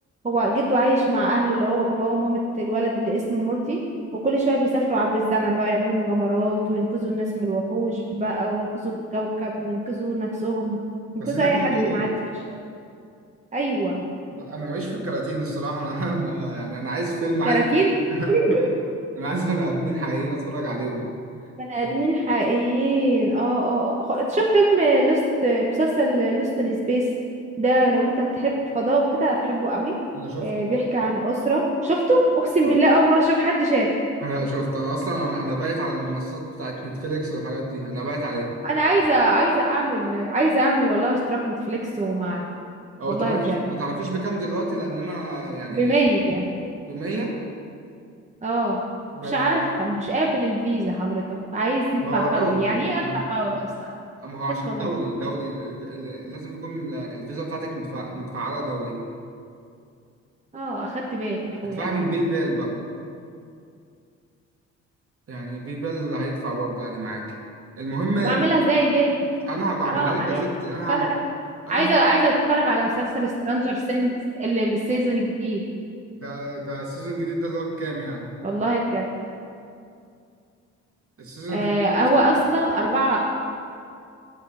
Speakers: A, on the right; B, on the right.
A: هو جده عايش مع اهله اللي هو باباه ومامة الولد اللي اسمه مورتي وكل شوية بيسافروا عبر الزمن بقى يعملوا مغامرات وينقذوا الناس من الوحوش بقى وينقذوا الكوكب وينقذوا نفسهم ينقذوا
B: بس ده
A: اي
B: كرتون
A: حد معدي في الشارع ايوه
B: انا ماليش في الكراتين الصراحه انا <laughs> ما يعني انا عايز فيلم عايز
A: كراتين
B: بني آدم-
A: <laughs>
B: <laughs> انا عايز بني ادمين حقيقيين اتفرج عليهم
A: بني ادمين
B: آه،
A: حقيقيين اه اه آه. خ- تشوف فيلم لوست مسلسل لوست ان سبيس ده لو انت بتحب الفضاء وكده هتحبه قوي
B: انا شفته
A: آه، بيحكي عن اسره شفته اقسم
B: اه
A: بالله اول مره اشوف حد شاف
B: انا شفت انا اصلا انا انا بايت على المنصات بتاعت نتفليكس والحاجات دي انا بايت عليها
A: انا عايزه عايزه اعمل عايزه اعمل والله اشتراك نتفليكس وما اعرف
B: او
A: والله
B: تعرفيش
A: بجد
B: ما تعرفيش بكام دلوقتي لان انا يعني
A: بمية
B: ب 100
A: اه
B: ب-
A: مش عارفه مش قابل الفيزا حضرتك عايز يدفع
B: ما هو
A: فوري
B: دولي
A: يعني ايه ادفع
B: ما
A: فوري اصلا
B: هو
A: حسب
B: عشان
A: الله
B: دولي دولي ال- ال- لازم يكون الفيزا بتاعتك مدفع متفعلة دولي
A: اه اخدت بالي يا اخويا
B: ادفع
A: اخدت
B: من باي
A: بالي
B: بال بقى يعني باي بال اللي هيدفع برضه يعني معاك المهم
A: طب اعملها ازاي دي
B: انا هبقى
A: حرام
B: اعملها لك
A: عليكم
B: يا ستي انا
A: اتفرج
B: هبقى
A: أنا-
B: انا
A: عايزه
B: هبقى
A: عايزه اتفرج على مسلسل سترانجر سينجز السيزون الجديد
B: ده ده السيزون الجديد ده اللي هو كام يعني
A: والله بجد
B: السيزون
A: آه
B: الجديد ده لسه-
A: هو اصلا اربعه